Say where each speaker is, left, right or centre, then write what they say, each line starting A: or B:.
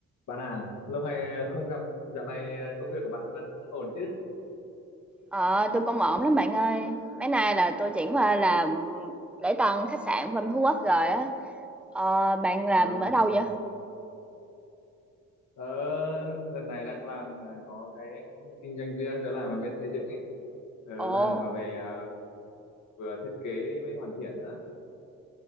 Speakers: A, on the left; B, in the centre.
A: Bạn à, lâu ngày ờ, không gặp, dạo này ờ, công việc của bạn vẫn ổn chứ?
B: Ờ, tôi cũng ổn lắm bạn ơi. Mấy nay là tôi chuyển qua làm lễ tân khách sạn bên Phú Quốc rồi á. Ờ, bạn làm
A: Wow,
B: ở đâu vậy?
A: tớ đợt này đang làm ờ, có cái kinh doanh riêng, tớ làm ở bên xây dựng ấy. Tớ
B: Ồ,
A: làm mà về à, vừa thiết kế với hoàn thiện nữa.